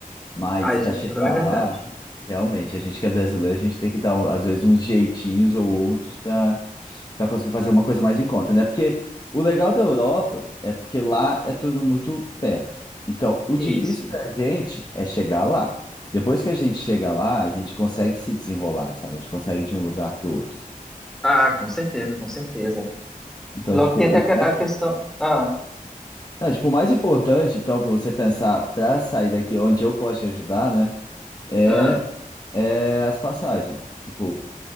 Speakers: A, on the left; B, in the centre.
A: Mas
B: Ah, isso
A: para
B: é completamente
A: chegar lá,
B: verdade.
A: realmente, a gente que é brasileiro, a gente tem que dar, às vezes, uns jeitinhos ou outros para para conseguir fazer uma coisa mais em conta, né? Porque o legal da Europa é porque lá é tudo muito perto. Então, o
B: Isso.
A: difícil para a gente é chegar lá. Depois que a gente chega lá, a gente consegue se desenrolar, sabe? A gente consegue ir de um lugar para o outro.
B: Ah, com certeza, com certeza.
A: Então,
B: Logo
A: tipo,
B: tem
A: o
B: até a que-
A: mais,
B: a questão. Ah,
A: não, tipo, o mais importante, então, para você pensar, para sair daqui onde eu posso te ajudar, né? É
B: ah,
A: é as passagens. Tipo,